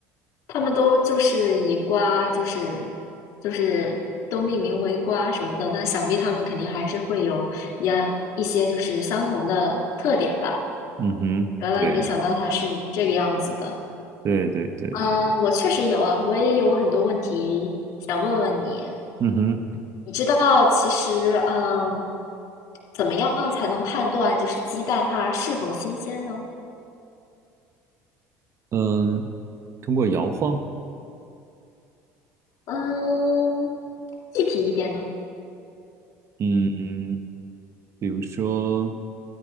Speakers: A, on the left; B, on the right.
A: 他们都就是以瓜，就是就是都命名为瓜什么的，那想必他们肯定还是会有呀一些就是相同的特点吧。
B: 嗯哼，
A: 原来没想到它是这个样子的。
B: 对，对对对对，
A: 嗯，我确实有啊，我也有很多问题想问问你。
B: 嗯哼，
A: 你知道，其实，嗯，怎么样才能判断就是鸡蛋它是否新鲜呢？
B: 嗯，通过摇晃，
A: 嗯，具体一点呢？
B: 嗯，比如说，